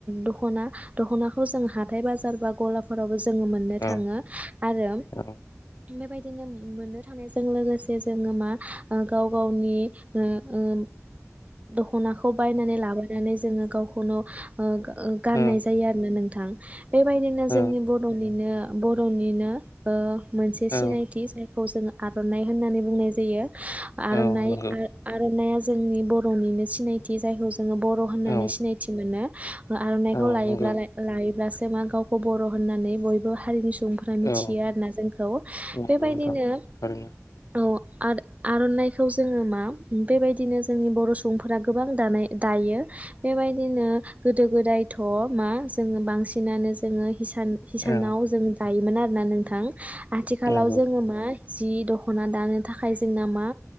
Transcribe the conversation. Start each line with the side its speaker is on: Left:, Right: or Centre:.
Right: दख'ना-दख'नाखौ जों हाथाय-बाजार बा गलाफोराव जोङो मोननो
Left: औ
Right: थाङो आरो
Left: औ
Right: बेबायदिनो मोननो थानायजों लोगोसे जोङो मा ओ गाव गावनि ओ ओम दख'नाखौ बायनानै लाबो । नानै जोङो गावखौन' ओ गा ओ गाननाय
Left: औ
Right: जायो आरोना नोंथां । थां बेबायदिनो
Left: औ
Right: जोंनि बर'निनो बर'निनो ओ मोनसे
Left: औ
Right: सिनायथि <unintelligible> खौ जों आर'नाइ होननानै बुंनाय जायो । आर'नाइ
Left: औ नंगौ
Right: ओ आर'नाइया जोंनि बर'निनो सिनायथि जायखौ ज ङो बर' होननानै
Left: औ
Right: सिनायथि मोनो। ओ आर'नाइखौ
Left: औ
Right: लायोब्लाय
Left: नंगौ
Right: लायोब्लासो <unintelligible> गावखौ बर' होननानै बयबो हारिनि स सुबुंफोरा मिथियो
Left: औ
Right: आरोना जोंखौ।
Left: नंगौ
Right: बेबायदिनो
Left: नोंथां थारैनो
Right: औ आर आर'नाइखौ जोङो मा बेबायदिनो जोंनि बर' सु सुबुंफोरा गोबां दानाय दायो बेबायदिनो गोदो गोदायथ' मा जोङो बांसिनानो जोङो हिसान हिसानाव
Left: औ
Right: जों दायोमोन आरोना नोंथां। थां आथिखालाव
Left: नंगौ
Right: जोङो मा जि दख'ना दानो थाखाय जोंना मा